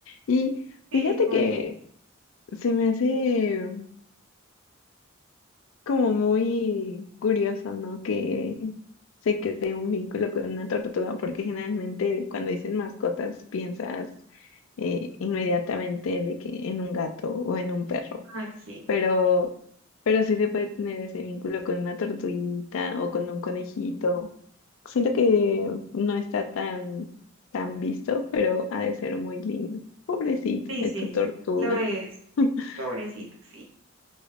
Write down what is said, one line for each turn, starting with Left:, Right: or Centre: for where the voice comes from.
Left: Y
Right: Sí,
Left: fíjate
Right: pobrecito.
Left: que se me hace como muy curioso, ¿no? Que se cree un vínculo con una tortuga, porque generalmente cuando dicen mascotas piensas eh, inmediatamente de que en un gato o en un perro
Right: Ah, sí.
Left: pero, pero sí se puede tener ese vínculo con una tortuguita o con un conejito. Siento que no está tan, tan visto, pero ha de ser muy lindo. Pobrecita
Right: Sí,
Left: de
Right: sí,
Left: tu tortuga.
Right: sí. Lo es.
Left: <laughs>
Right: Pobrecito, sí.